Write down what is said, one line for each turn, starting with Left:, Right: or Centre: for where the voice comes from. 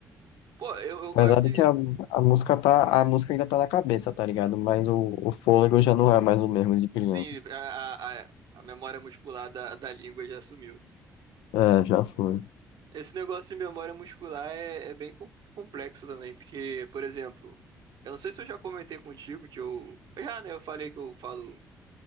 Right: Pô, eu, eu
Left: Apesar
Right: gosto de.
Left: de que a, a música tá, a música ainda tá na cabeça, tá ligado? Mas o, o fôlego já não é mais o mesmo de criança.
Right: Sim, a, a, a a memória muscular da, da língua já sumiu.
Left: É, já foi.
Right: Esse negócio de memória muscular é, é bem com- complexo também, porque, por exemplo, eu não sei se eu já comentei contigo que eu. Já, né? Eu falei que eu falo